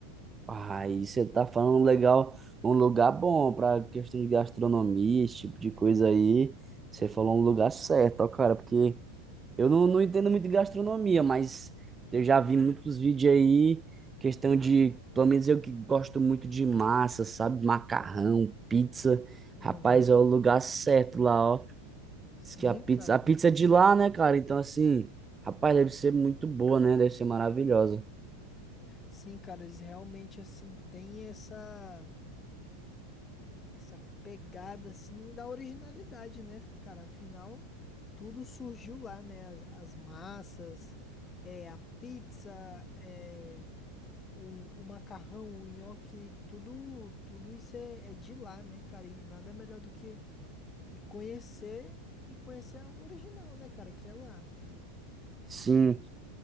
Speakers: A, on the right (about 20°); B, on the left (about 25°).
A: Aí você tá falando legal, um lugar bom pra questão de gastronomia, esse tipo de coisa aí. Você falou um lugar certo, ó, cara, porque eu não, não entendo muito de gastronomia, mas eu já vi muitos vídeos aí, questão de, pelo menos eu que gosto muito de massa, sabe? Macarrão, pizza. Rapaz,
B: Aham.
A: é o lugar certo lá, ó.
B: Sim,
A: Diz que a pizza,
B: cara.
A: a pizza é de lá, né, cara? Então, assim, rapaz, deve ser muito boa, né? Deve ser maravilhosa.
B: Sim, cara, eles realmente assim têm essa essa pegada assim da originalidade, né, f- cara? Afinal, tudo surgiu lá, né? As, as massas, é, a pizza, é, o, o macarrão, o nhoque, tudo tudo isso é, é de lá, né, cara? E nada melhor do que e conhecer e conhecer o original, né, cara? Que é lá.
A: Sim,